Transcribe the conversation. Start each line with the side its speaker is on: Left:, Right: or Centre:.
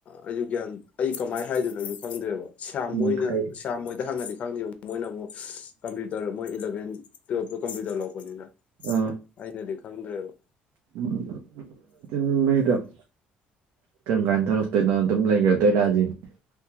Left: ꯑꯩꯖꯤ ꯒ꯭ꯌꯥꯟ ꯑꯩ ꯀꯃꯥꯏꯟ ꯍꯥꯏꯗꯣꯏꯅꯣ ꯑꯩꯁꯨ ꯈꯪꯗ꯭ꯔꯦꯕ ꯁ꯭ꯌꯥꯝ
Right: ꯎꯝ
Left: ꯃꯣꯏꯅ
Right: ꯀꯩ
Left: ꯁ꯭ꯌꯥꯝ ꯃꯣꯏꯗ ꯍꯪꯉꯗꯤ ꯈꯪꯅꯤꯕ ꯃꯣꯏꯅ ꯑꯃꯨꯛ ꯀꯝꯄ꯭ꯌꯨꯇꯔ ꯃꯣꯏ ꯏꯂꯚꯦꯟ ꯇꯨꯞꯇ ꯀꯝꯄ꯭ꯌꯨꯇꯔ ꯂꯧꯕꯅꯤꯅ
Right: ꯑ
Left: ꯑꯩꯅꯗꯤ ꯈꯪꯗ꯭ꯔꯦꯕꯥ
Right: <unintelligible> ꯀꯔꯝ ꯀꯥꯟ ꯊꯣꯛꯂꯛꯇꯣꯏꯕ ꯗꯨꯝ ꯂꯩꯈ꯭ꯔꯗꯣꯏꯔꯖꯤꯅꯤ